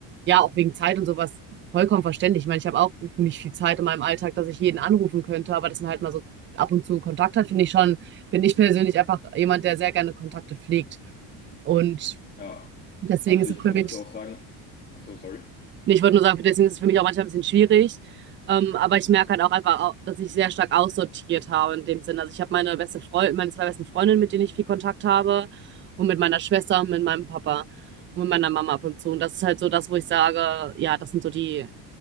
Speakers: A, on the right; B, on the left.
A: ja, auch wegen Zeit und sowas Vollkommen verständlich. Ich meine, ich habe auch nicht viel Zeit in meinem Alltag, dass ich jeden anrufen könnte, aber dass man halt mal so ab und zu Kontakt hat, finde ich schon, bin ich persönlich einfach jemand, der sehr gerne Kontakte pflegt. Und
B: ja.
A: deswegen
B: Also
A: ist
B: ich
A: es für
B: kann
A: mich,
B: dazu auch sagen, ach so, sorry.
A: nee, ich würde nur sagen, deswegen ist es für mich auch manchmal ein bisschen schwierig. Ähm, aber ich merke halt auch einfach, au- dass ich sehr stark aussortiert habe in dem Sinne. Also ich habe meine beste Freundin, meine zwei besten Freundinnen, mit denen ich viel Kontakt habe und mit meiner Schwester und mit meinem Papa und mit meiner Mama ab und zu. Und das ist halt so das, wo ich sage, ja, das sind so die